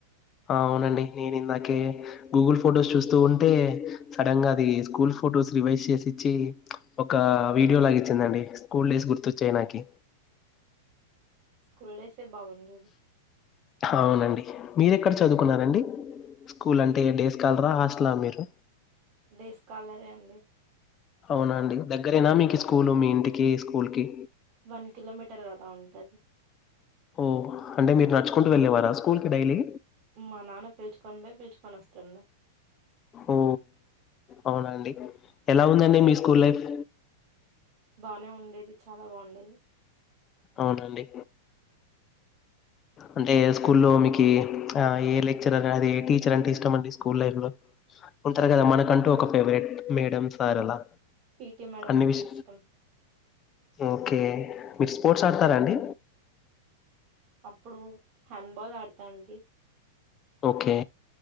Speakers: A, on the left; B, on the right.
A: ఆ అవునండి నేను ఇందాకే గూగుల్ ఫొటోస్ చూస్తూ ఉంటే సడన్ గా అది స్కూల్ ఫొటోస్ రివైజ్ చేసిచ్చి ఒక వీడియో లాగచ్చిందండి స్కూల్ డేస్ గుర్తొచ్చాయి నాకి
B: కుల్ డేస్ బాగుండును
A: అవునండి. మీరెక్కడ చదువుకున్నారండి స్కూల్ అంటే ఏ డేస్ కాలరా హాస్టలా మీరు
B: డేస్ కాలరే అండి
A: అవునా అండి దగ్గరేనా మీకీ స్కూలు మీ ఇంటికి స్కూల్ కి
B: వన్ కిలోమీటర్ అలా ఉంటాది
A: ఓ అంటే మీరు నడుచుకుంటూ వెళ్ళేవారా స్కూల్ కి డైలీ
B: మా నాన్న పిలుచుకొని పోయి పిలుచుకొని వస్తుండు
A: ఓ అవునండి ఎలా ఉందండి మీ స్కూల్ లైఫ్
B: బానే ఉండేది చాలా బాగుండేది
A: అవునండి అంటే స్కూల్లో మీ ఏ లెక్చర్ అద ఏ టీచర్ అంటే ఇష్టం అండి స్కూల్ లైఫ్ లో ఉంటారు కదా మనకంటూ ఒక ఫేవరెట్ మేడం సార్ అలా
B: పీటీ మేడం
A: అన్ని
B: అంటే
A: విష
B: ఇష్టం
A: ఓకే బి <unintelligible> స్పోర్ట్స్ ఆడతారాండి
B: అప్పుడు హ్యాండ్ బాల్ ఆడుతు అండి
A: ఓకే